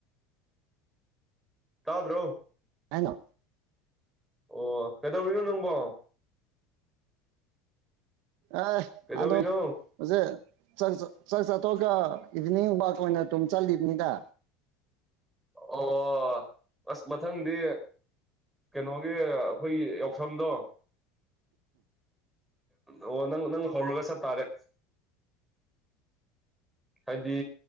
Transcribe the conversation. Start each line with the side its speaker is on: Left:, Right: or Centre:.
Centre: ꯇꯥꯗ꯭ꯔꯣ
Right: ꯍꯩꯅꯣ
Centre: ꯑꯣ ꯀꯩꯗꯧꯔꯤꯅꯣ ꯅꯪꯕꯣ
Right: ꯑꯦ
Centre: ꯀꯩꯗꯧꯔꯤꯅꯣ
Right: ꯑꯗꯨ ꯑꯗꯨꯁꯦ ꯆ ꯆ ꯆ ꯆꯠ ꯑꯇ ꯏꯚꯤꯅꯤꯡ ꯋꯥꯛ ꯑꯣꯏꯅ ꯑꯗꯨꯝ ꯆꯠꯂꯤꯕꯅꯤꯗ
Centre: ꯑꯣ ꯑꯁ ꯃꯊꯪꯗꯤ ꯀꯩꯅꯣꯒꯤ ꯑꯩꯈꯣꯏꯒꯤ ꯌꯥꯎꯁꯪꯗꯣ ꯑꯣ ꯅꯪ ꯅꯪ ꯍꯒꯁ ꯇꯥꯔꯦ ꯍꯥꯏꯗꯤ